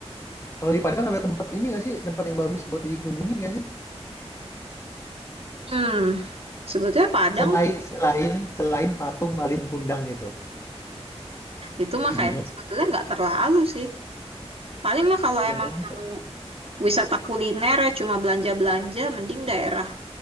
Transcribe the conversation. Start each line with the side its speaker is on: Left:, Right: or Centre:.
Left: Kalau di Padang ada tempat ini nggak sih? Tempat yang bagus buat dikunjungin nggak sih?
Right: Hmm, sebetulnya Padang
Left: Selain selain selain patung Malin Kundang gitu
Right: itu mah
Left: <laughs>
Right: kayak sebetulnya nggak terlalu sih. Paling mah kalau
Left: Yang
Right: emang
Left: bagus
Right: mau
Left: apa?
Right: wisata kuliner ya cuma belanja-belanja, mending daerah